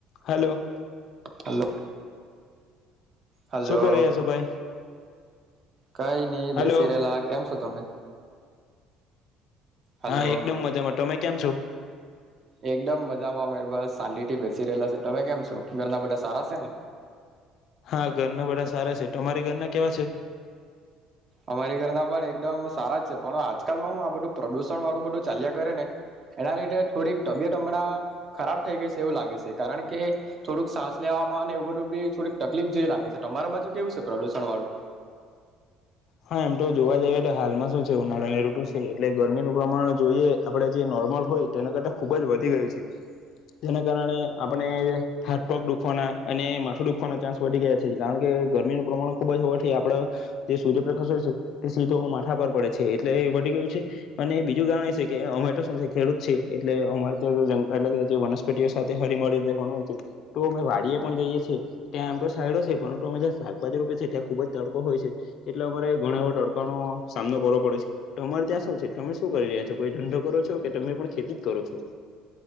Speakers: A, on the left; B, on the right.
A: hello.
B: Hello. Hello
A: શું કરી રહ્યા છો ભાઈ?
B: કઈ નઈ બેસી
A: હલો
B: રહેેલા કેમ છો તમે. હલો
A: હા એકદમ મજામાં તમે કેમ છો?
B: એકદમ મજામાં મે બસ શાં થી બેસી રહેલા છે તમે કેમ છો ઘરના બધા સારા છે ને?
A: હા ઘરના બધા સારા છે તારી ઘરના કેવા છે?
B: અમારી ઘરના પણ એકદમ સારા જ છે પણ આજકાલમાં હું આ બધું પ્રદુષણ વાળું બધું ચાલ્યા કરે ને, એના લીધે થોડીક તબિયત હમણાં, ખરાબ થઈ ગઈ છે એવું લાગે છે કારણ કે થોડુંક સાસ લેવામાં અને એવું બધું બી થોડીક તકલીફ જેવી લાગે છે તમારા બાજુ કેવું છે પ્રદુષણ વાળું?
A: હા એમ તો જોવા જઈએ તો હાલમાં શું છે ઉનાળાની રઋતુ છે એટલે ગરમીનું પ્રમાણ જોઈએ આપડણે જે નોર્મલ હોય તેના કરતા ખુબ જ વધી ગયું છે, જેના કારણે આપણે હાથપગ દુખવાના અને માથું દુખવાના ચાન્સ વધી ગયા છે કારણ કે ગરમીનું પ્રમાણ ખુબ જ હોવાથી આપડ. સૂર્યપ્રકાશ હોય છે તે સીધો માઠા પર પડે છે એટલે એ વી ગયું છે, અને બીજું કારણ એ છે કે અમે તો શું છે ખેડૂત છે એટલે અમારે ત્યાં એટલે કે જે વનસ્પતિઓ સાથે હરી મળી રહેવાનું હોય છે, તો અમે વાડી પણ જઈએ છએ ત્યાંમ તો સાઈડો છે પરંતુ અમે્યાં શાકભાજી રોપી છે ત્યાં ખુબ જ તડકો હોય છે. એટલે અમારે ઘણા એવાો અડકાણો સામનો કરવો પડે છે, તો અમારે ત્યાં શું છે તમે શું કરી રહ્યા છો કોઈ ધંંધો કરો છો કે તમે પણ ખેતી જ કરો છો?